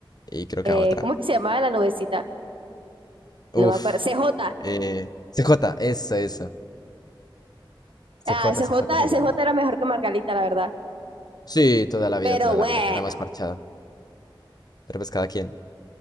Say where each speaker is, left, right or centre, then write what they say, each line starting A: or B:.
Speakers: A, on the left; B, on the right.
A: y creo
B: Eh,
A: que a otra.
B: ¿cómo es que se llamaba la noviecita?
A: Uf,
B: No me acuerdo. C J
A: eh, CJ, eso, eso.
B: Ah,
A: CJ,
B: C
A: CJ
B: J
A: se
B: C
A: llamaba.
B: J era mejor que Margarita, la verdad.
A: Sí, toda la vida,
B: Pero
A: toda
B: bueno.
A: la vida. Era más parchada. Pero pues cada quien.